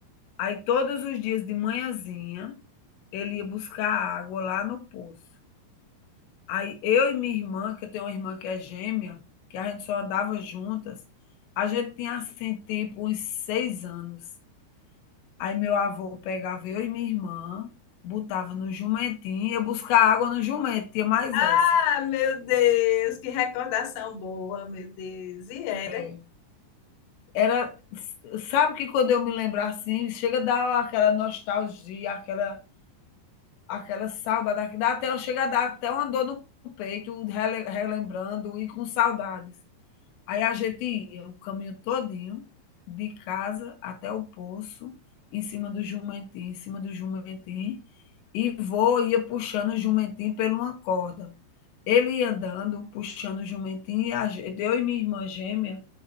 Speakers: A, on the left (about 85°); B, on the left (about 70°).
A: Aí todos os dias de manhãzinha, ele ia buscar água lá no poço. Aí eu e minha irmã, que eu tenho uma irmã que é gêmea, que a gente só andava juntas, a gente tinha assim, tipo, uns 6 anos. Aí meu avô pegava eu e minha irmã, botava no jumentinho, ia buscar água no jumento, tinha mais
B: Ah,
A: essa.
B: meu Deus, que recordação boa, meu Deus. E era.
A: É. Era sabe que quando eu me lembro assim, chega a dar aquela nostalgia, aquela aquela saudade, que dá até eu chego a dar até uma dor no peito, rele- relembrando e com saudades. Aí a gente ia o caminho todinho, de casa até o poço, em cima do jumentinho, em cima do jumentinho, e vô ia puxando o jumentinho por uma corda. Ele ia andando, puxando o jumentinho, e a gente, eu e minha irmã gêmea,